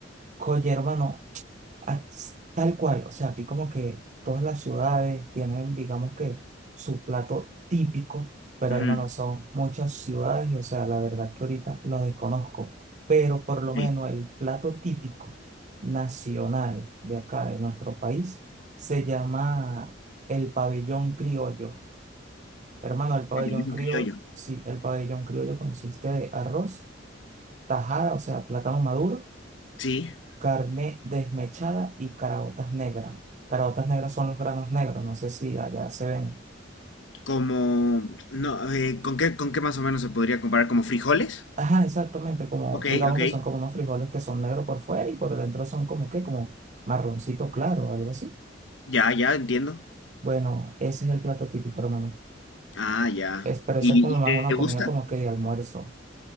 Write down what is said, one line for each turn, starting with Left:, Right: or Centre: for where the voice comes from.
Right: Oye, hermano, ah, s- tal cual, o sea, aquí como que todas las ciudades tienen, digamos que, su plato típico, pero
Left: Ujú,
Right: hermano, son muchas ciudades y, o sea, la verdad que ahorita lo desconozco, pero por lo
Left: Sí,
Right: menos el plato típico nacional de acá, de nuestro país, se llama el pabellón criollo. Hermano, el pabellón
Left: pabellón
Right: criollo,
Left: criollo.
Right: sí, el pabellón criollo consiste de arroz, tajada, o sea, plátano maduro,
Left: Sí,
Right: carne desmechada y caraotas negras. Caraotas negras son los granos negros, no sé si allá se ven.
Left: como, no, eh, ¿con qué, con qué más o menos se podría comparar? ¿Como frijoles?
Right: Ajá, exactamente, como,
Left: Ok,
Right: digamos
Left: ok,
Right: que son como unos frijoles que son negros por fuera y por dentro son como que, como marroncito claro o algo así.
Left: ya, ya, entiendo.
Right: Bueno, ese es el plato típico, hermano.
Left: Ah, ya.
Right: Es, pero
Left: ¿Y,
Right: eso es como
Left: y
Right: más una
Left: te
Right: comida
Left: gusta?
Right: como que de almuerzo.